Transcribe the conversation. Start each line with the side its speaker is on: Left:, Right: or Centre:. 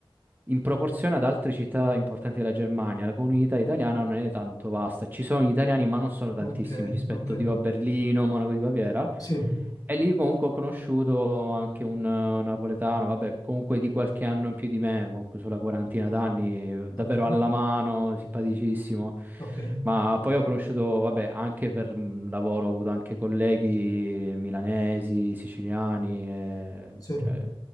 Right: in proporzione ad altre città importanti della Germania, la comunità italiana non è tanto vasta. Ci sono gli italiani, ma non sono tantissimi
Left: ok,
Right: rispetto
Left: ok,
Right: tipo a Berlino, Monaco di Baviera.
Left: sì,
Right: E lì comunque ho conosciuto anche un eh, napoletano, vabbè, comunque di qualche anno in più di me, comunque sulla quarantina d'anni, eh, davvero
Left: ok,
Right: alla mano, simpaticissimo.
Left: ok,
Right: Ma poi ho conosciuto, vabbè, anche per mm, lavoro, ho avuto anche colleghi milanesi, siciliani, eh,
Left: sì,
Right: cioè,